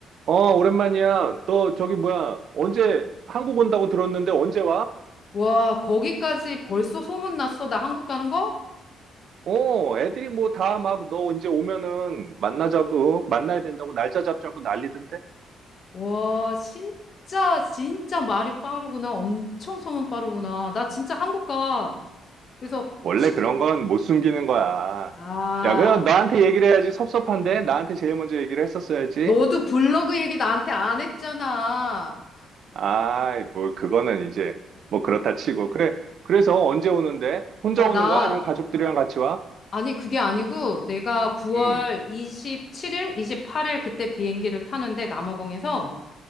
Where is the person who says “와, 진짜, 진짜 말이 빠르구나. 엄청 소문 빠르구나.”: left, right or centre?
Left